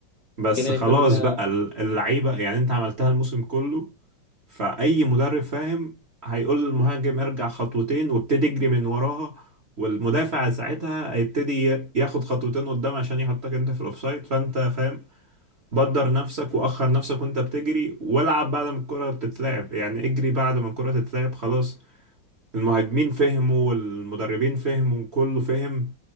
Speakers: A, on the right (about 45°); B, on the left (about 55°).
A: بس
B: كيليان
A: خلاص
B: امبابي ده
A: بقى ال- اللعيبة يعني انت عملتها الموسم كله فأي مدرب فاهم هيقول للمهاجم ارجع خطوتين وابتدي اجري من وراها والمدافع ساعتها هيبتدي ي- ياخد خطوتين قدام عشان يحطك انت في الاوفسايد فانت فاهم بدر نفسك واخر نفسك وانت بتجري والعب بعد ما الكرة تتلعب يعني اجري بعد ما الكرة تتلعب خلاص المهاجمين فهموا والمدربين فهموا كله فهم